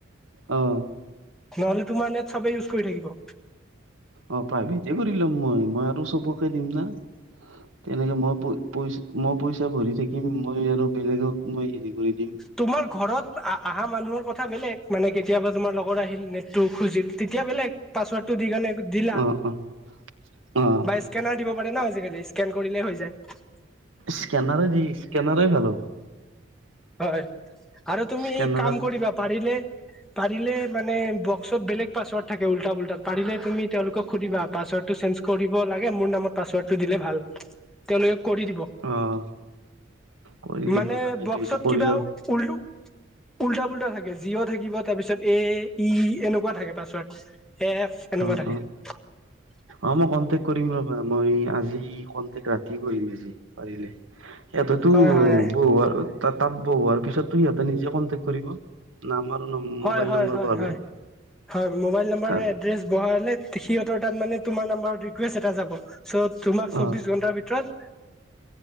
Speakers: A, on the right; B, in the centre.
A: অঁ'
B: নহ'লে তোমাৰ নেট চবে ইউজ কৰি থাকিব।
A: অঁ প্ৰাইভেটে কৰি ল'ম মই, মই আৰু চবকে দিম না, তেনেকে মই প- পইচা মই পইচা ভৰি থাকিম মই আৰু বেলেগক মই হেৰি কৰি দিম।
B: তোমাৰ ঘৰত আহা মানুহৰ কথা বেলেগ মানে কেতিয়াবা তোমাৰ লগৰ আহিল নেটটো খুজিল। তেতিয়া বেলেগ পাছৱৰৰ্ডটো দিকেনে দিলা।
A: অ', অ', অ',
B: বা স্কেনাৰ দিব পাৰে ন আজিকালি স্কেন কৰিলেই হৈ যায়।
A: স্কেনাৰে দি স্কেনাৰে ভাল হ'ব।
B: হয়, আৰু তুমি
A: স্কেনাৰত
B: এই কাম কৰিবা পাৰিলে- পাৰিলে মানে বক্সত বেলেগ পাছৱৰ্ড থাকে উল্টা পুল্তা পাৰিলে তুমি তেওঁলোকক সুধিবা পাছৱৰ্ডটো চেঞ্জ- কৰিব লাগে মোৰ নামত পাচৱৰ্ডটো দিলে ভাল। তেওঁলোকে কৰি দিব
A: অ', কৰি দিব
B: মানে
A: তাকেইটো
B: বক্সত
A: এইটো কৰি
B: কিবাও
A: ল
B: উলো- উল্টা পুল্টা থাকে জিঅ' থাকিব তাৰপিছত এ ই এনেকুৱা থাকে পাছৱৰ্ড এফ- এনেকুৱা
A: অঁ অঁ।
B: <inaudible>
A: অঁ মই কনটেক কৰিম ৰবা মই আজি কণ্টেক ৰাতি কৰিম আজি পাৰিলে। এইটোটো
B: হয় হয়
A: বহুৱাৰ তাত তাত বহুৱা'ৰ পিছতটো ইয়াতে নিজে কন্টেক কৰিব। নাম আৰু নম-
B: হয়
A: মোবাইল
B: হয়
A: নম্বৰ
B: হয়
A: পালে
B: হয় হয়, মোবাইল নম্বাৰ
A: তাত
B: এড্ৰেছ ভৱা হ'লে। সিহঁতৰ তাত মানে তোমাৰ নাম্বাৰত ৰিকুৱেষ্ট এটা যাব চ' তোমাক চৌবিশ
A: অ
B: ঘন্টাৰ ভিতৰত-